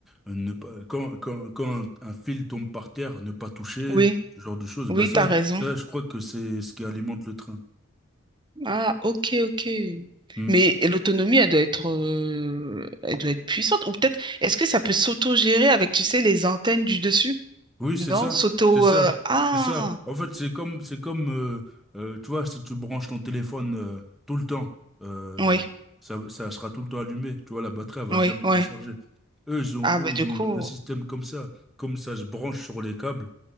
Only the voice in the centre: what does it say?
euh, ne pas, quand, quand, quand un fil tombe par terre, ne pas toucher,
ce genre de choses.
Bah, ça,
ça, je crois que c'est ce qui alimente le train.
Mmh.
Oui,
c'est ça,
c'est ça,
c'est ça. En fait, c'est comme, c'est comme, euh, euh, tu vois, si tu branches ton téléphone euh, tout le temps, euh,
ça, ça sera tout le temps allumé. Tu vois, la batterie, elle va
jamais
se décharger. Eux, ils ont,
eux,
ils
ont
un système comme ça. Comme ça se branche sur les câbles,